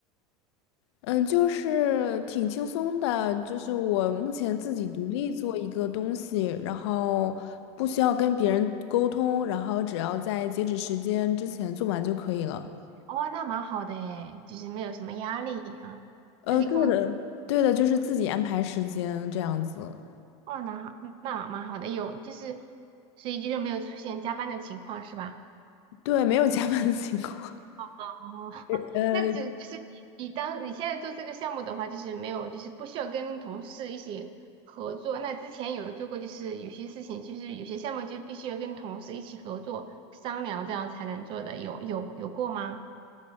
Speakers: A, on the left; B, on the right.
A: 嗯，就是挺轻松的，就是我目前自己独立做一个东西，然后不需要跟别人沟通，然后只要在截止时间之前做完就可以了。
B: 哇，那蛮好的诶，就是没有什么压力哈、
A: 呃，
B: 自己控，
A: 对的，对的，就是自己安排时间这样子，
B: 哇，那好，那蛮好的，有就是，所以就是没有出现加班的情况是吧？
A: 对，没有加班的情况。
B: 哦，
A: <laughs> 呃
B: 那就就是你当你现在做这个项目的话，就是没有，就是不需要跟同事一起合作。那之前有做过，就是有些事情，就是有些项目就必须要跟同事一起合作商量，这样才能做的。有有有过吗？